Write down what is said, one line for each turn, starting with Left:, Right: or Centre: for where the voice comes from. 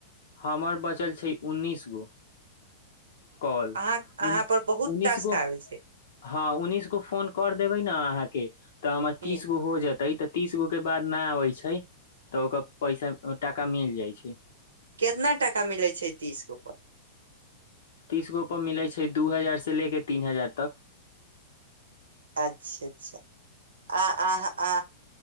Left: हमर बचल छै उन्नीस गो कॉल
Right: अहाँ
Left: उ
Right: अहाँ पर बहुत
Left: उन्नीस
Right: टास्क
Left: गो
Right: आबै छै
Left: हँ उन्नीस गो फोन कर देबै न अहाँके तऽ हमर
Right: ह
Left: तीस गो हो जतै ते तऽ तीस गो के बाद ना आबे छै तऽ ओकर पैसा टाका मिल जाइ छै
Right: केतना टाका मिलै छै तीस गो पर
Left: तीसगो पर मिलै छै दू हजार से ले के तीन हजार तक
Right: अच्छा अच्छा आ आ आ